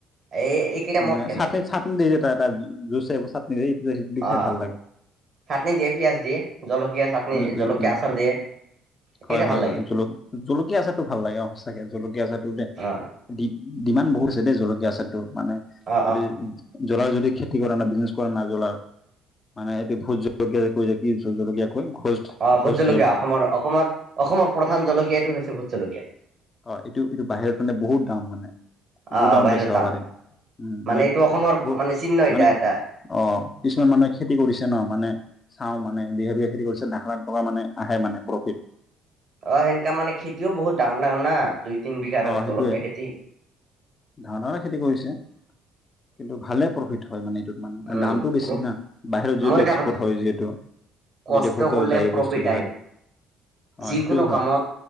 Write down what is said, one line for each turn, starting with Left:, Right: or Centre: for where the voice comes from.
Right: এই এইকেইটা
Left: মানে
Right: মোৰ ফেভৰেট
Left: চাটনি চাটনি দেই যে এটা এটা জুচ চাটনি খাই
Right: অ
Left: ভাল লাগে
Right: চাটনি দিয়ে, পিয়াঁজ দিয়ে, জলকীয়া চাটনি
Left: উম উম
Right: জলকীয়া
Left: উম
Right: আচাৰ দিয়ে। এইকেইটা
Left: হয় হয়
Right: ভাল লাগে
Left: হয়। জল - জলকীয়া আচাৰটো ভাল লাগে‌, অ সঁচাকে জলকীয়া আচাৰ টোদে,
Right: অ
Left: দি - দিমান্ড বহুত আছে দে জলকীয়া আচাৰটো মানে
Right: অ
Left: যদি
Right: অ
Left: জ্বলাৰ যদি খেতি কৰা না বিজনেছ কৰা না জ্বলাৰ মানে এতিয়া ভোট জলকীয়া কৈ যে কি জলকীয়া কয় ঘোষ্ট
Right: অ'
Left: ঘোষ্ট
Right: ভোট জলকীয়া অসমৰ অসমৰ অসমৰ প্ৰধান জলকীয়াটো হৈছে ভোট জলকীয়া।
Left: অ' এইটো এইটো বাহিৰত মানে বহুত দাম মানে।
Right: অ
Left: বহুত দামত
Right: অ বাহিৰত
Left: বেচাব
Right: দাম
Left: পাৰি উ মানে
Right: এইটো অসমৰ
Left: বহু
Right: মানে চিহ্ন এটা
Left: মানে
Right: এটা
Left: অ'। কিছুমান মানুহে খেতি কৰিছে ন মানে চাওঁ মানে বিঘা বিঘা খেতি কৰিছে লাখ লাখ টকা মানে আহে মানে প্ৰফিট।
Right: অ' সেনকা মানে খেতিও বহুত ডাঙাৰ ডাঙাৰ না দুই তিন বিঘাৰ
Left: অহ
Right: জলকীয়া
Left: সেইটোৱে,
Right: খেতি
Left: ধা ধাৰে খেতি কৰিছে। কিন্তু ভালে প্ৰফিট হয় মানে। মানে আৰু
Right: উম
Left: দামটো বেছি
Right: প্ৰ
Left: না বাহিৰত যিহেতু
Right: মই এটা
Left: এক্সপৰ্ট
Right: কথা
Left: হয় যিহেতু
Right: কষ্ট
Left: বিদেশতো
Right: কৰিলে
Left: যায়
Right: প্ৰফিট
Left: বস্তুবিলাক
Right: আহিব
Left: অ
Right: যিকোনো
Left: সেইটোয়ে হয়
Right: কামত